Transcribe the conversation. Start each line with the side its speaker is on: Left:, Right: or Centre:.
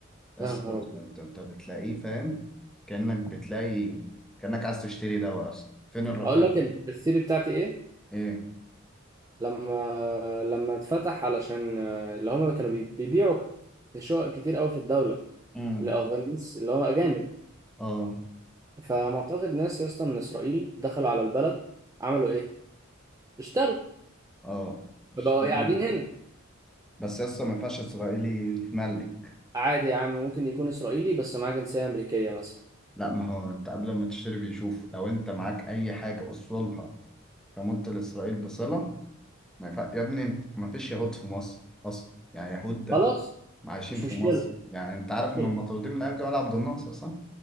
Centre: يا
Right: يا
Centre: اسطى
Right: نهار
Centre: انت
Right: ابيض
Centre: انت أنت بتلاقيه فاهم كانك بتلاقي كانك عايز تشتري دواء اصلا فين الرقابه
Right: اقول لك ال- الثيري بتاعتي ايه
Centre: ايه
Right: لما لما اتفتح علشان آه، اللي هم كانوا بي- بيبيعوا شقق كتير قوي في الدوله
Centre: امم
Right: لاغانيس اللي هم اجانب
Centre: اه
Right: فمعتقد ناس يا اسطى من اسرائيل دخلوا على البلد عملوا ايه اشتروا
Centre: اه اشتري.
Right: فبقوا قاعدين هنا
Centre: بس يا اسطى ما ينفعش اسرائيلي يتملك
Right: عادي يا عم ممكن يكون اسرائيلي بس معاه جنسية امريكية مثلا
Centre: لا ما هو انت قبل ما تشتري بيشوف لو انت معاك اي حاجه اصولها تمت لاسرائيل بصله ما ينفع يا ابني انت ما فيش يهود في مصر اصلا يعني يهود
Right: خلاص
Centre: عايشين
Right: مش
Centre: في
Right: مشكلة
Centre: مصر يعني انت عارف
Right: مش مشكلة
Centre: انهم مطرودين من ايام جمال عبد الناصر صح؟